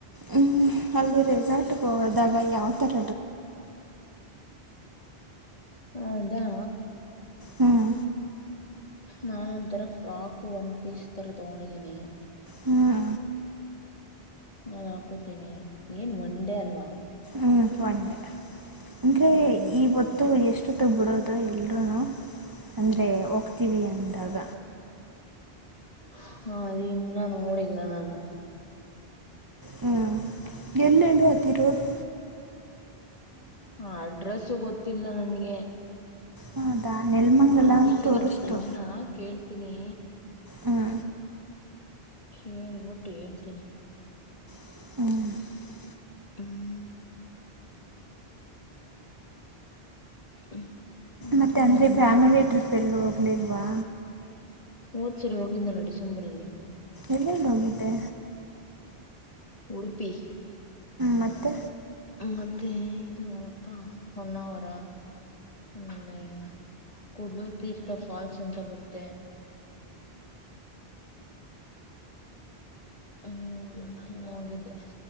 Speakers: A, on the right; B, on the left.
A: ಹ್ಮ್ ಅಲ್ಲಿ ರೆಸಾರ್ಟ್ಗೆ ಹೋದಾಗ ಯಾವ ತರ
B: ಓ ಅದಾ
A: ಹ್ಮ್
B: ನಾನ ಒಂಥರ ಫ್ರಾಕ್ ಒಂದ್ ಪೀಸ್ ತರ ತಗೊಂಡಿದೀನಿ
A: ಹ್ಮ್
B: ನಾನ ಹಾಕೋತಿನಿ ಏನ್ ಒನ್ ಡೇ ಅಲ್ವಾ
A: ಹ್ಮ ಒಂಡೆ ಅಂದ್ರೆ
B: ಹ್ಮ್
A: ಇವತ್ತು ಎಷ್ಟು ಹ ಬಿಡೋದು ಎಲ್ರೂ ಅಂದರೆ ಹೋಗ್ತೀವಿ ಅಂದಾಗ
B: ಹ ಅದು ಇನ್ನಾ ನೋಡಿಲ್ಲ ನಾನು
A: ಹ್ಮ್ ಗೆಲ್ಲೆಡುು ಹತ್ತರೋದು
B: ಹ ಅಡ್ರೆಸ್ಸ ಗೊತ್ತಿಲ್ಲ ನನ್ಗೆ
A: ಹೌದಾ ನೆಲಮಂಗಲ
B: ಅದಕ್ಕೆ
A: ಅಂತ ತೋರಿಸ್ತು
B: ನನ್ ಫ್ರೆಂಡ್ನಾ ಕೇಳ್ತೀನಿ
A: ಹ್ಞೂ
B: ಕೇಳ್ ಬಿಟ್ಟು ಹೇಳ್ತೀನಿ
A: <unintelligible>
B: ಹ್ಮ್ ಹ್ಮ ಮತ್ತೆ
A: ಮತ್ತು ಅಂದರೆ
B: ಇನೇನು
A: ಫ್ಯಾಮಿಲಿ ಟ್ರಿಪ್ ಎಲ್ಲೂ ಹೋಗ್ಲಿಲ್ವಾ
B: ಹೊದ್ಸಾರಿ ಹೋಗಿಡ್ನಲ್ಲ ಡಿಸೆಂಬರ್ ಅಲ್ಲಿ
A: ಎಲ್ಲೆಲ್ಲಿ ಹೋಗಿದ್ದೆ
B: ಉಡುಪಿ
A: ಮತ್ತು
B: ಮತ್ತೆ ಇದು ಯನಪ್ಪಾ ಹೊನ್ನಾವರ ಆಮೇಲೆ ಕುಡ್ಲು ತೀರ್ಥ ಫಾಲ್ಸ್ ಅಂತ ಬರುತ್ತೆ ಹ್ಮ್ ಹೋಗಿದ್ದೆ